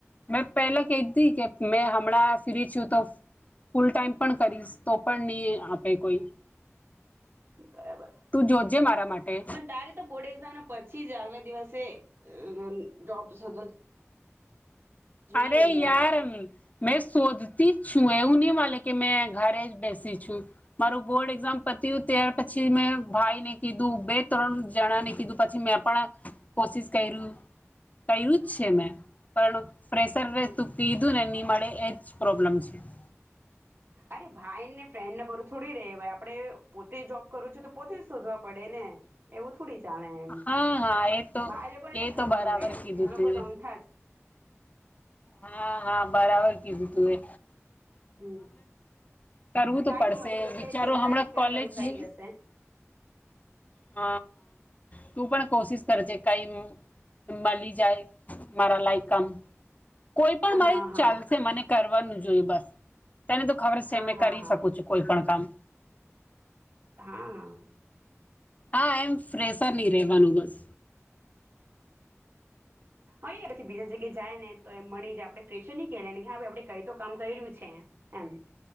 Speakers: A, on the left; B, on the right.
A: મેં પેલા કેતી કે મેં હમણાં ફ્રી છું તો ફૂલ ટાઈમ પણ કરીશ તો પણ ની આપે કોઈ.
B: બરાબર,
A: તું જોજે મારા માટે
B: પણ તારે તો બોર્ડ એક્ઝામના પછી જ આલે દિવસે <unintelligible> જોબ શોધવા જોઈએ
A: અરેે
B: ને
A: યાર મ મેં સોધ તીચ્ છું ઉની વાલે કે મેં ઘરે જ બેસી છું મારું બોર્ડ એક્ઝામ પતું ત્યાર પછી મેં ભાઈ ને કીધું બે ત્રણ જણા ને કીધું પછી મેં પણ કોશિશ કર્યું કર્યું જ છે મેં. પણણું ફ્રેસર કીધું ને નઈ મળે એજ પ્રોબ્લેમ છે. <inaudible>
B: અરે ભાઈ ને ફ્રેન્ડ ના બરું થોડી રેવાય આપડે પોતે જોબ કરું છું તો પોતે શોધવા પડે ને એવું થોડી ચાણે એમ
A: હા હા તો
B: ભાઈ એ લોકોને કઈ ખબર
A: તો બરાબર
B: હોય
A: કીધું
B: એ લોકો
A: તું
B: તોમતા જ
A: હા હા બરાબર કીધું.
B: હમ
A: કરું તો
B: કઈ
A: પસે
B: નઈ મળી જશે
A: વિચારો
B: ચિંતા નહી કર
A: કલેજ
B: તારું થઈ
A: છે
B: જશે
A: હ હ તું પણ કોશિશ કરજ કઈ મળી જાય મારા લાયક કામ કોઈ પણ મારી
B: હા હા
A: ચાલશે મને કર કરવાનું જોઈ બસ. તને તો ખબર છે
B: હા
A: મે
B: હા
A: કરી
B: હા
A: શકું છું કોઈ પણ કામ
B: હા હા.
A: હા એમ ફ્રેસર નહી રેવાનું બસ.
B: હ પછી બીજા જગ્યા જાય ને તો એમ મળી જાય આપણે ફેશર નહી કેલાને હા ભાઈ આપણે કઈ તો કામ કર્યું છે. એમ